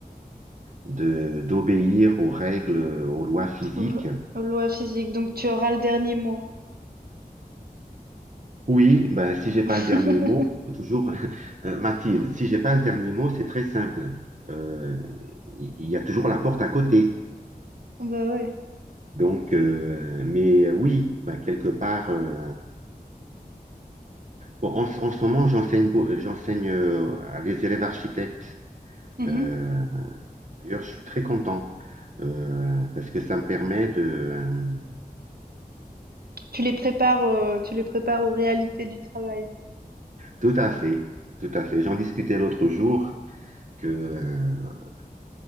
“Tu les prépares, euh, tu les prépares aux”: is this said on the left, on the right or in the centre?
Right